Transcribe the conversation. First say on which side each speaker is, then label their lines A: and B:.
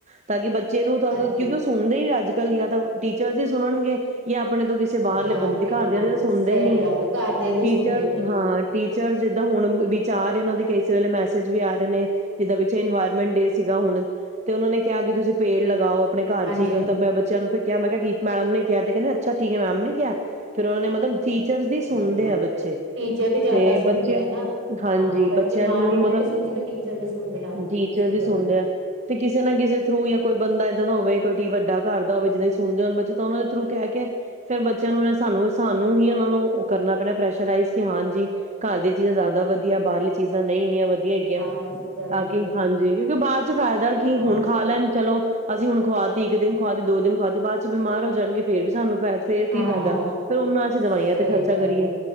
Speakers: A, on the right (about 30°); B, on the right (about 55°).
A: ਤਾਂ ਕਿ ਬੱਚ ਬੱਚੇ ਨੂੰ ਕਿਉਂਕਿ
B: ਹਾਂਜੀ
A: ਉਹ ਸੁਣਦੇ ਹੀ ਨੀ ਅੱਜ ਗੱਲ ਯਾ ਤਾਂ ਟੀਚਰ ਦੀ ਸੁਣਨਗੇ ਯਾ ਆਪਣੇ ਤੋਂ ਕਿਸੇ ਬਾਹਰਲੇ
B: ਜਾਂ
A: ਬੰਦੇ ਦੇ
B: ਫਿਰ
A: ਘਰਦਿਆਂ
B: ਹਾਂ
A: ਦੀ ਤਾ ਸੁਣਦੇ
B: ਸਹੀ
A: ਹੀ ਨੀ ਆ
B: ਗੱਲ ਘਰ ਦੇ ਦੀ
A: ਟੀਚਰਸ
B: ਸੁਣਦੇ ਨੀ
A: ਹਾਂ ਟੀਚਰ ਜਿਦਾਂ ਹੁਣ ਵੀ ਚਾਰ ਇਹਨਾਂ ਦੇ ਕਈ ਵੇਲੇ ਮੈਸੇਜ ਵੀ ਆ ਰਹੇ ਨੇ ਜਿਦਾਂ ਵਿੱਚ ਇਨਵਾਇਰਮੈਂਟ ਡੇ ਸੀਗਾ ਹੁਣ ਤੇ ਉਹਨਾਂ ਨੇ ਕਿਹਾ ਕਿ ਤੁਸੀਂ ਪੇੜ ਲਗਾਓ ਆਪਣੇ ਘਰ
B: ਹਾਂਜੀ
A: ਚ ਹੀ
B: ਹਾਂਜੀ
A: ਮੈਂ ਬੱਚਿਆਂ ਨੂੰ ਫ ਕਿਹਾ ਮੈਂ ਕਿਹਾ ਮੈਮ ਨੇ ਕਿਹਾ ਤੇ ਕਹਿੰਦਾ ਅੱਛਾ ਠੀਕ ਹੈ ਮੈਮ ਨੇ ਕਿਹਾ ਫੇਰ ਉਹਨੇ ਮਤਲਬ ਟੀਚਰਸ ਦੀ
B: ਅੱਛਾ
A: ਸੁਣਦੇ
B: ਅੱਛਾ
A: ਆ ਬੱਚੇ
B: ਟੀਚਰ ਦੀ ਜ਼ਿਆਦਾ
A: ਤੇ
B: ਸੁਣਦੇ
A: ਬੱਚੇ
B: ਆ ਨਾ
A: ਹਾਂਜੀ
B: ਹਾਂ ਬੱਚੇ
A: ਬੱਚਿਆਂ ਨੂੰ
B: ਮਾਂ ਦੀ ਇਨੀਆਂ
A: ਮਤਲਬ
B: ਨ ਸੁਣਦੇ ਟੀਚਰ ਦੀ ਸੁਣਦੇ ਹਾਂਜੀ
A: ਟੀਚਰਸ
B: ਹ ਸਹੀ
A: ਹੀ
B: ਗੱਲ
A: ਸੁਣਦੇ ਆ। ਤੇ ਕਿਸੇ ਨਾ ਕਿਸੇ ਥਰੂ ਜਾਂ ਕੋਈ ਬੰਦਾ ਇੱਦਾਂ ਦਾ ਹੋਵੇ ਕੋਈ ਵੱਡਾ ਘਰ ਦਾ ਹੋਵੇ ਜਿੱਦਾਂ ਸੁਣਦੇ ਹੋਣ ਬੱਚੇ ਤਾਂ ਉਹਨਾਂ ਦੇ ਥਰੂ ਕਹਿ ਕੇ ਫੇਰ ਬੱਚਿਆਂ ਨੂੰ ਸਾਨੂੰ ਸਾਨੂੰ ਹੀ ਉਹਨਾਂ ਨੂੰ ਕਰਨਾ ਪੈਣਾ ਪ੍ਰੈਸ਼ਰਾਈਜ਼ ਕਿ ਹਾਂਜੀ ਘਰ ਦੀਆਂ ਚੀਜ਼ਾਂ ਜ਼ਿਆਦਾ ਵਧੀਆ ਬਾਹਰਲੀ ਚੀਜ਼ਾਂ ਨਹੀਂ ਇੰਨੀਆਂ ਵਧ ਹੈਗੀਆਂ
B: ਬਾਅਦ ਵਿੱਚ ਜ਼ਿਆਦਾ
A: ਤਾਂ
B: ਵਧੀਆ
A: ਕਿ ਹਾਂਜੀ ਕਿਉਂਕਿ ਬਾਅਦ ਚ ਫਾਇਦਾ ਕੀ
B: ਹਾਂ
A: ਹੁਣ ਖਾ ਲੈਣ ਚਲੋ ਅਸੀਂ ਹੁਣ ਖੁਵਾ ਤੀ ਇੱਕ ਦਿਨ ਖੁਆਤੀ ਦੋ ਦਿਨ ਖੁਆਤੀ ਬਾਅਦ ਚ ਬਿਮਾਰ ਹੋ ਜਾਣਗੇ ਫੇਰ ਵੀ ਸਾਨੂੰ ਫ ਫੇਰ ਕੀ
B: ਹਾਂ
A: ਫਾਇਦਾ। ਫੇਰ ਉਹਨਾਂ ਅਸੀਂ ਦਵਾਈਆਂ
B: ਸਹੀ
A: ਤੇ ਖਰਚਾ
B: ਗੱਲ
A: ਕਰੀਏ
B: ਹੈ